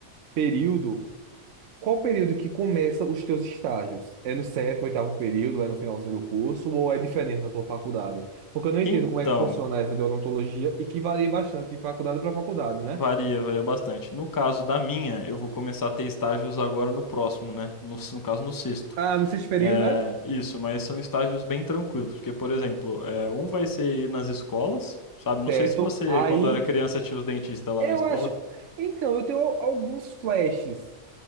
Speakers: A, on the right (about 85°); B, on the left (about 20°).
A: período, Qual o período que começa os teus estágios? É no sétimo, oitavo período? É no finalzinho do curso? Ou é diferente na tua faculdade? Porque eu não entendo
B: Então.
A: como é que funciona essa de odontologia e que varia bastante de faculdade para faculdade, né?
B: Varia, varia bastante. No caso da minha, eu vou começar a ter estágios agora no próximo, né? No, no caso, no sexto.
A: Ah, no sexto período,
B: É,
A: é?
B: isso, mas são estágios bem tranquilos, porque, por exemplo, é, um vai ser ir nas escolas, sabe? Não
A: Certo.
B: sei se você,
A: Aí,
B: quando era criança, tinha os dentistas lá
A: eu
B: na escola.
A: acho... Então, eu tenho al- alguns flashes.